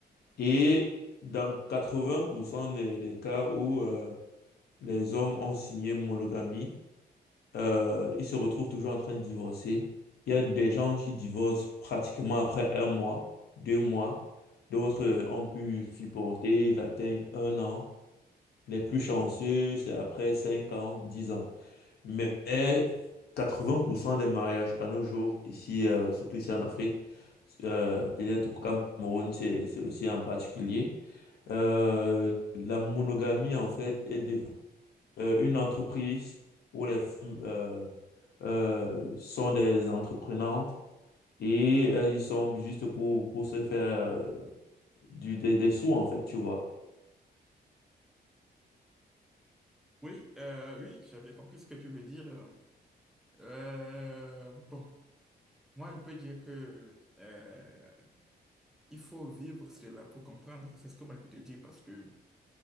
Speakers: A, on the left (about 70°); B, in the centre.
A: Et dans 80% des, des cas où euh, les hommes ont signé monogamie, euh, ils se retrouvent toujours en train de divorcer. Il y a des gens qui divorcent pratiquement après un mois, deux mois. D'autres euh, ont pu supporter, ils atteignent un an. Les plus chanceux, c'est après cinq ans, dix ans. Mais 80% des mariages à nos jours, ici, euh, surtout ici en Afrique, euh, peut-être au Cameroun, c'est c'est aussi en particulier, euh, la monogamie, en fait, est devenue euh, une entreprise où les femmes euh, euh, sont des entreprenantes et euh, ils sont juste pour, pour se faire euh, du, des, des sous, en fait, tu vois.
B: Oui, euh, oui, j'ai bien compris ce que tu veux dire. Euh, bon, moi je peux dire que euh, il faut vivre cela pour comprendre, c'est ce que moi je peux te dire parce que,